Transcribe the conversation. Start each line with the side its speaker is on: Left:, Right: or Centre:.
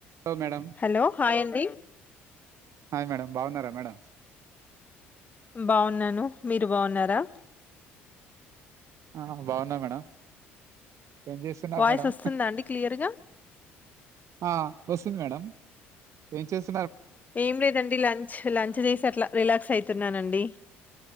Right: హలో మేడం
Left: హలో హాయ్ అండి.
Right: హాయ్ మేడమ్ బాగున్నారా మేడం.
Left: బాగున్నాను మీరు బాగున్నారా.
Right: ఆహ్ బాగున్నా మేడం. ఏం చేస్తున్నారు
Left: వాయిస్
Right: మేడం
Left: వస్తుందా అండి క్లియర్గా.
Right: ఆహ్ వస్తుంది మేడం ఏం చేస్తు.
Left: ఏం లేదండి లంచ్ లంచ్ చేసి. అట్లా రిలాక్స్ అయితున్నానండి.